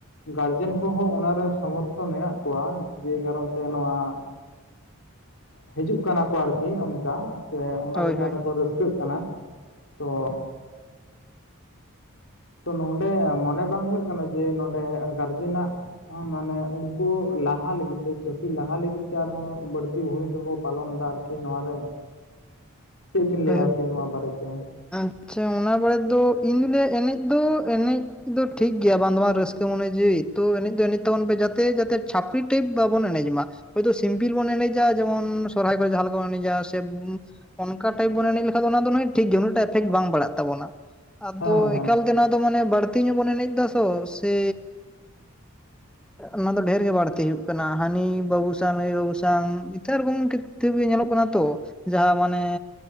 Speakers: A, on the left; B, in the centre.
A: ᱜᱟᱨᱡᱮᱱ ᱠᱚᱦᱚᱸ ᱚᱱᱟᱨᱮ ᱥᱚᱢᱚᱨᱛᱷ ᱢᱮᱱᱟᱜ ᱠᱚᱣᱟ ᱡᱮ ᱠᱟᱨᱚᱱ ᱛᱮ ᱱᱚᱣᱟ ᱦᱤᱡᱩᱜ ᱠᱟᱱᱟ ᱠᱚ ᱟᱨᱠᱤ ᱚᱱᱠᱟ ᱥᱮ ᱚᱱᱟ
B: ᱦᱳᱭ
A: ᱪᱮᱛᱟᱱ
B: ᱦᱳᱭ
A: ᱨᱮᱠᱚ ᱨᱟᱹᱥᱠᱟᱹ ᱨᱟᱹᱥᱠᱟᱹᱜ ᱠᱟᱱᱟ ᱛᱚ ᱛᱚ ᱱᱚᱰᱮ ᱢᱚᱱᱮ ᱵᱟᱝ ᱦᱩᱭᱩᱜ ᱠᱟᱱᱟ ᱡᱮ ᱱᱚᱰᱮ ᱜᱟᱨᱡᱮᱱᱟᱜ ᱢᱟᱱᱮ ᱩᱱᱠᱩ ᱞᱟᱦᱟ ᱞᱟᱹᱜᱤᱫ ᱛᱮ ᱪᱷᱟᱹᱛᱤᱠ ᱞᱟᱦᱟ ᱞᱟᱹᱜᱤᱫ ᱛᱮ ᱟᱨᱦᱚᱸ ᱵᱟᱹᱲᱛᱤ ᱵᱷᱩᱢᱤᱠᱟ ᱠᱚ ᱯᱟᱞᱚᱱ ᱫᱟ ᱟᱨᱠᱤ ᱠᱤ ᱱᱚᱣᱟ ᱨᱮ ᱪᱮᱫ ᱵᱤᱱ ᱞᱟᱹᱭᱟ
B: ᱦᱳᱭ
A: ᱟᱨᱠᱤ ᱱᱚᱣᱟ ᱵᱟᱨᱮᱛᱮ
B: ᱟᱪᱪᱷᱟ ᱚᱱᱟ ᱵᱟᱨᱮ ᱛᱮᱫᱚ ᱤᱧᱫᱚᱧ ᱞᱟᱹᱭᱟ ᱮᱱᱮᱡ ᱫᱚ ᱮᱱᱮᱡ ᱫᱚ ᱴᱷᱤᱠ ᱜᱮᱭᱟ ᱵᱟᱝ ᱫᱚ ᱵᱟᱝ ᱨᱟᱹᱥᱠᱟᱹ ᱢᱚᱱᱮ ᱡᱤᱣᱭᱤ ᱛᱚ ᱮᱱᱮᱡ ᱫᱚ ᱮᱱᱮᱡ ᱛᱟᱵᱚᱱ ᱯᱮ ᱡᱟᱛᱮ ᱡᱟᱛᱮ ᱪᱷᱟᱹᱯᱨᱤ ᱴᱟᱭᱤᱯ ᱵᱟᱵᱚᱱ ᱮᱱᱮᱡ ᱢᱟ ᱦᱚᱭᱛᱳ ᱥᱤᱢᱯᱤᱞ ᱵᱚᱱ ᱮᱱᱮᱡᱟ ᱡᱮᱢᱚᱱ ᱥᱚᱦᱚᱨᱟᱭ ᱠᱚᱨᱮ ᱡᱟᱞᱟᱞᱮᱠᱟ ᱵᱚᱱ ᱮᱱᱮᱡᱟ ᱥᱮ ᱚᱱᱠᱟ ᱴᱟᱭᱤᱯ ᱵᱚᱱ ᱮᱱᱮᱡ ᱞᱮᱠᱷᱟᱱ ᱚᱱᱟ ᱫᱚ ᱴᱤᱠ ᱜᱮᱭᱟ ᱩᱱᱟᱹᱜᱴᱟ ᱮᱯᱷᱮᱠᱴ ᱵᱟᱝ ᱵᱟᱲᱟᱜ ᱛᱟᱵᱚᱱᱟ ᱟᱫᱚ
A: ᱦᱮᱸ
B: ᱮᱠᱟᱞ ᱛᱮ ᱱᱚᱣᱟ ᱫᱚ ᱢᱟᱱᱮ ᱵᱟᱹᱲᱛᱤ ᱧᱚᱜ ᱵᱚᱱ ᱮᱱᱮᱡ ᱫᱟᱥᱚ ᱥᱮ ᱚᱱᱟ ᱫᱚ ᱰᱷᱮᱨ ᱜᱮ ᱵᱟᱹᱲᱛᱤ ᱦᱩᱭᱩᱜ ᱠᱟᱱᱟ ᱦᱟᱹᱱᱤ ᱵᱟᱹᱵᱩ ᱥᱟᱭ ᱱᱟᱹᱭ ᱵᱟᱹᱵᱩ ᱥᱟᱝ ᱤᱛᱷᱟᱹᱱ ᱨᱚᱠᱚᱢ ᱠᱤᱛᱛᱤᱵᱤ ᱧᱮᱞᱚᱜ ᱠᱟᱱᱟ ᱛᱚ ᱡᱟᱦᱟᱸ ᱢᱟᱱᱮ